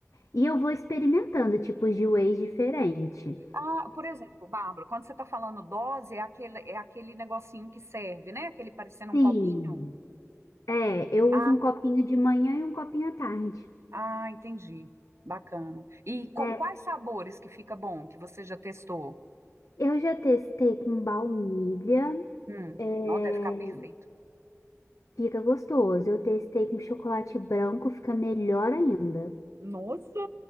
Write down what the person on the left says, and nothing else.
E eu vou experimentando tipos de whey diferente.
Sim.
É, eu
uso um copinho
de manhã e um copinho à tarde.
É,
eu já testei com baunilha,
é,
fica gostoso. Eu testei com chocolate branco, fica melhor ainda.